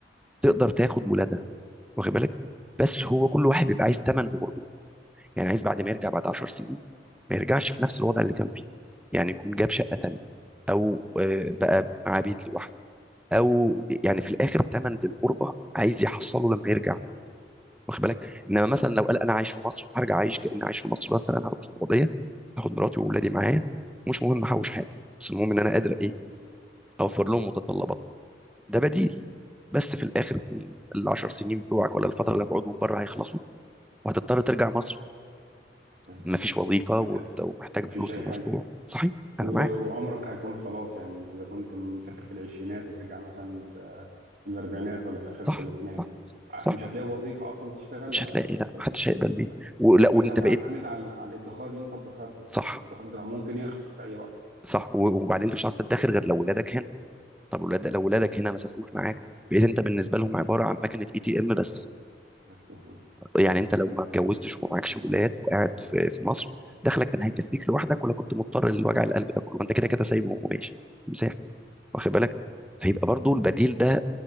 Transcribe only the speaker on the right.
تمام
هت...
مفيش
اي
حاجه
و-
وعمرك هيكون خلاص يعني انت اذا كنت مسافر في العشرينات هترجع مثلا في في الاربعينات ولا في اخر الثلاثينات
ع-
مش هتلاقي وظيفه اصلا تشتغلها
ب-
بالسن
ده
لا
فانت
هتعتمد
على على الادخار اللي انت ادخرته
والادخار ده ممكن يخلص في اي وقت
بس وخلاص